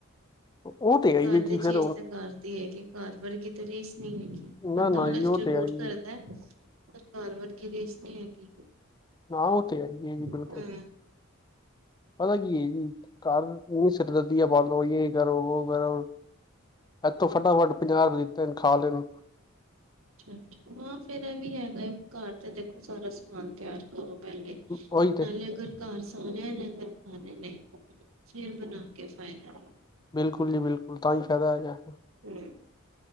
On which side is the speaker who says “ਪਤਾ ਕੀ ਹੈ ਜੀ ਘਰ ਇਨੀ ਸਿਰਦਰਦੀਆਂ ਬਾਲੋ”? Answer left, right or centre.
Left